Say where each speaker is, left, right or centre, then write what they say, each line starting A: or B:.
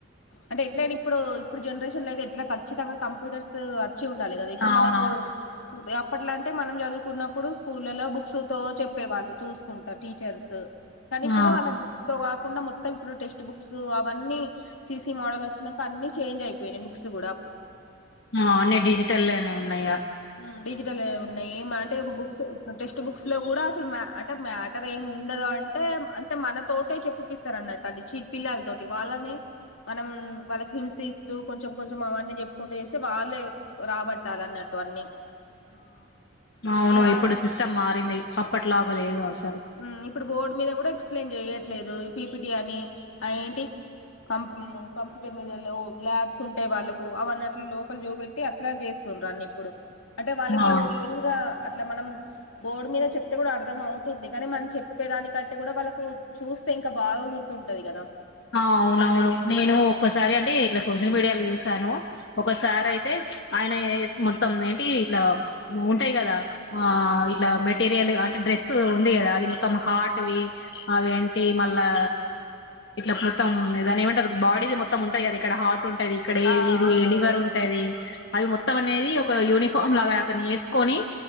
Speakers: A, on the left; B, on the left.
A: అంటె ఎట్లైనిప్పుడు ఇప్పుడ్ జన్రేషన్లైతె ఎట్ల ఖచ్చితంగ కంప్యూటర్సూ అచ్చి ఉండాలి గదా ఇప్పుడ్
B: అవునవును
A: మనకూ <unintelligible> అప్పట్లంటె మనం జదువ్కున్నప్పుడు స్కూళ్లలో బుక్సుతో చెప్పేవాళ్ళు చూస్కుంట టీచర్స్ కనిప్పుడు
B: ఆ
A: అలా బుక్స్ తో కాకుండా మొత్తమిప్పుడు టెక్స్ట్ బుక్సూ అవన్నీ సీ సీ మాడలొచ్చినంక అన్ని చేంజైపొయ్నయ్ బుక్స్ గుడా
B: ఆ అన్ని డిజిటల్లెనే ఉన్నయిగ
A: ఉమ్ డిజిటలే ఉన్నయి ఏమాంటె బుక్స్ ఇప్పుడ్ టెష్ ట్ బుక్స్లొ గూడా అసల్ మ్యా అంటె మ్యాటరేముండదు అంటే అంతె మనతోటే చెప్పిపిస్తరన్నట్ట్ అ చిల్ పిల్లల్తోటి వాళ్ళనే మనమ్ వాళ్ళక్ హింట్సిస్తూ కొంచం కొంచం అవన్ని జెప్కుంటు జేస్తే వాళ్ళే రాబట్టాలన్న ట్టు అన్ని.
B: ఆ ఔను
A: ఇక
B: ఇప్పుడు సిస్టమ్ మారింది అప్పట్లాగ లేదు అస్
A: ఉమ్ ఇప్పుడు బోడ్ మిద గుడా ఎక్స్ప్లెయ్న్ జెయ్యట్లేదు పీపిటీ అని అ ఏంటి కమ్ కంప్యూటర్ మీద లో ల్యాబ్సుంటయ్ వాళ్ళకు అవన్నట్ల లోపల్ జూపెట్టి అట్లా జేస్ తుండ్రన్నిప్పుడు అంటె వాళ్ళకూ
B: ఉ ఆ
A: రియల్గా అట్ల మనం బోడ్ మీద చెప్తే గుడ అర్దమవ్ తుంది కాని మన్ చెప్పేదానికంటె గుడా వాళ్ళకు చూస్తె ఇంక బాగ గుర్తుంటది గద.
B: ఆ ఔనౌను నేను ఒక్కసారి అంటె ఇట్ల సోషల్ మీడియాలో జూసాను ఒక సారైతె ఆయ్న ఏ ఏస్ మొత్తం ఏంటి ఇట్ల మ్ ఉంటైగద ఆ ఇట్ల మెటీరియల్ అంటె డ్రెస్స్ ఉంది గదా అది మొత్తం హార్ట్ వీ అవేంటి మళ్ళా ఇట్ల మొత్తం ఇ దాన్నేమంటర్ బాడీది మొత్తం ఉంటై గదా ఇక్కడ హాట్ టుంటదిక్కడ
A: ఆ
B: ఏ ఇది
A: అవునవును
B: ఏ లివరుంటది అది మొత్తమనేది ఒక యూనిఫామ్ లాగా తను యేస్కోని